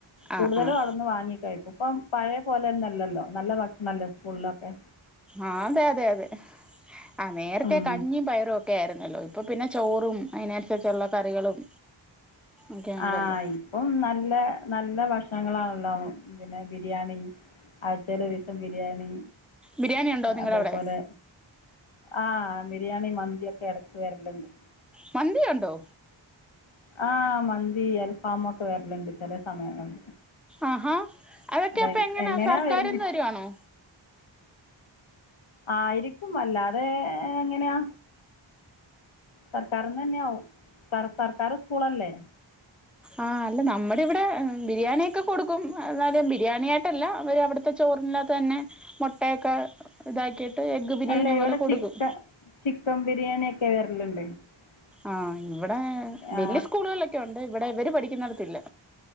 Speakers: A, in the centre; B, on the left.
A: ആഹ്
B: കൂടുതലും
A: ആഹ്
B: അവിന്ന് വാങ്ങ കഴി ഇപ്പം പഴയ പോലെ ഒന്നല്ലല്ലോ, നല്ല ഭക്ഷണല്ലോ സ്കൂളിലൊക്കെ
A: ആഹ അതെ അതെ അതെ ആ നേരത്തെ
B: ഉം
A: കഞ്ഞിയും പയറും ഒക്കെ ആയിരുന്നല്ലോ ഇപ്പൊ പിന്നെ ചോറും അതിനനുസരിച്ചുള്ള കറികളും ഒക്കെ ഉണ്ടല്ലോ
B: ആഹ ഇപ്പം നല്ല നല്ല ഭക ക്ഷ്ണങ്ങളാണല്ലോ. പിന്നെ ബിരിയാണി ആഴ്ചൽ ഒരിസം ബിരിയാണി.
A: ബിരിയാണി ഉണ്ടോ നിങ്ങളുടെ
B: അതേപോലെ
A: അവിടെ
B: ആഹ ബിരിയാണി മന്തി ഒക്കെ ഇടക്ക് വരലുണ്ട്.
A: മന്തി ഉണ്ടോ?
B: ആഹ മന്തി അൽഫാമ ഒക്കെ വരലുണ്ട് ചില സമയങ്ങളിൽ
A: ആഹാ അതൊക്കെ
B: അത്
A: അപ്പ എങ്ങനാ
B: എങ്ങനെയാണ്
A: സർക്കാർന്ന്
B: വരുന്നത്
A: വരുവാണോ?
B: ആയിരിക്കും, അല്ലാതെ എങ്ങനെയാ സർക്കാരിന്ന് തന്നെയാവും സർ സർക്കാർ സ്കൂളല്ലേ
A: ആഹ അല്ല നമ്മുടെ ഇവിടെ ബിരിയാണിയൊക്കെ കൊടുക്കും എന്നാലും ബിരിയാണിയ ആയിട്ടല്ല അവര് അവിടുത്തെ ചോ റിനെ തന്നെ മൊ ട്ടേക്ക ഇതാക്കിയിട്ട് എഗ്ഗ് ബിരിയാണി
B: അല്ല ഇവിടെ
A: പോലെ കൊടുക്കും.
B: ചിക്കൻ ചിക്കൻ <unintelligible>
A: ആഹ ഇവിടെ വല്യ
B: ആ
A: സ്കൂളുകളോക്കെ ഉണ്ട് ഇവിടെ ഇവര് പഠിക്കുന്നിടത്തില്ല.